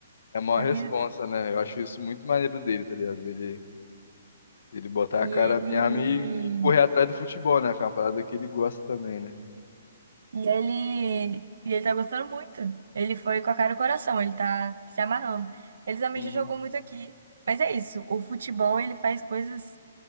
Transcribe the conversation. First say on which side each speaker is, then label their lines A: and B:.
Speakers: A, on the left; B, on the right.
A: é uma
B: ele,
A: responsa, né? Eu acho isso muito maneiro dele, tá ligado? Ele, ele botar
B: e
A: a cara
B: ele,
A: mesmo e, e correr atrás do futebol, né? Que é uma parada que ele gosta também, né?
B: e ele, e ele tá gostando muito. Ele foi com a cara e o coração, ele tá se amarrando. Ele também
A: Uhum.
B: já jogou muito aqui. Mas é isso, o futebol, ele faz coisas